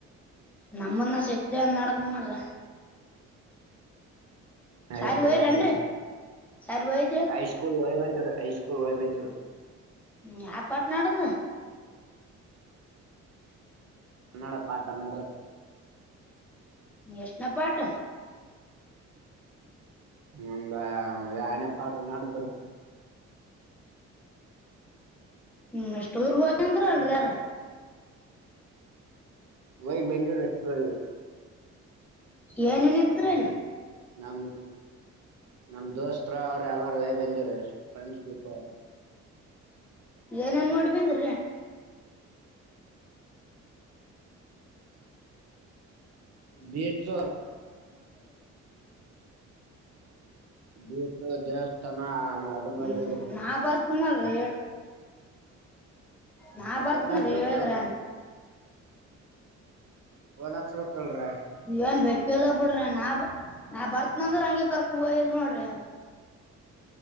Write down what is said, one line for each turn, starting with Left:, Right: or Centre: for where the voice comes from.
Centre: ನಮ್ಮನ್ನ ಸತ ನಡದ್ ನೋಡ್ರಿ
Right: ಆಯ್ತು
Centre: ಸಾರಿ ಹೋಯ್ರನ್ರಿ
Right: ಆಯ್ತ್ ರ
Centre: ಸಾರಿ ಹೋಯ್ದಿ
Right: ಹೈಸ್ಕೂಲ್ ವೈ ಬನ್ನಿ. ಹ ಐಸ್ಕೂಲ್ ವಬಂದೂರು.
Centre: ಹ್ಮ್ ಯಪಟ್ನಾಡದು
Right: ಕನ್ನಡ ಪಾಠ ನಡ್ರ.
Centre: ಯಶ್ಣ ಪಾಠ.
Right: ಒಂದ ಯನ ಪಾಠ ನಡದ್ ರೀ.
Centre: ಹ್ಮ್ ಅಷ್ಟ ಊರ್ಗ ಚಂದ್ರ ಅಲ್ರಿ ಯಾರ
Right: ವಯ್ ಬೆಂಜೂರು ರಸ್ರ್ಗ
Centre: ಏನೇನತ್ರಲ್ಲ
Right: ನಮ ನಮ ದೋಸ್ತತ್ರ ಅವರು ಎಲ್ಲಾರೂ ಬಂದರು ಫ್ರೆಂಡ್ಪ್ ಅವ
Centre: ಏನನ್ ನೋಡಿ ಬಂದಿ
Right: ಬಿ ಚ ಬೀಚ್ ದೇವಸ್ಥಾನ ಅದು ಮಾಡಿ
Centre: ಹ್ಮ
Right: ಬಂದ್ರಿ
Centre: ನಾ ಬರ್ ನಲ್ರಿ ಹೇಳ ನಾ ಬರ್ತನಲ್
Right: ಫೋನ್ ಹಚ್ಬೇಕಲ್ರೀ
Centre: ಹೇಳಿದ್ರ
Right: ಫೋನ್ ಹಚ್ಬೇಕಲ್ರೀ
Centre: ಇವನ್ ಬೆಟ್ಟಲ್ಲ ಹೋಗ್ ಬಿಡ್ರಿ ನಾ ನಾ ಬರ್ತ್ನಂದ್ರ ಹಂಗಗೆ ಕರ್ಕೊಂಡ್ ಹಯರಿ ನೋಡ್ರಿ